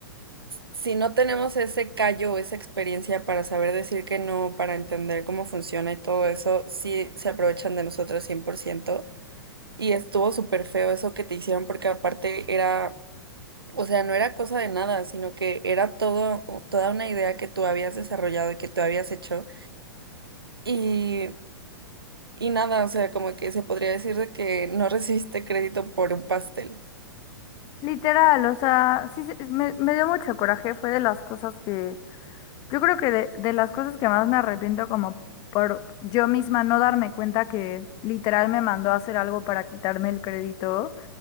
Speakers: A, on the right; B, on the left.
A: si no tenemos ese callo, o esa experiencia para saber decir que no, para entender cómo funciona y todo eso, sí se aprovechan de nosotros cien por ciento Y estuvo súper feo eso que te hicieron porque aparte era O sea, no era cosa de nada, sino que era todo, toda una idea que tú habías desarrollado y que tú habías hecho. Y, y nada, o sea, como que se podría decir de que no <laughs> recibiste crédito por un pastel.
B: Literal, o sea, sí, se- me, me dio mucho coraje, fue de las cosas que, yo creo que de, de las cosas que más me arrepiento como por yo misma no darme cuenta que literal me mandó a hacer algo para quitarme el crédito.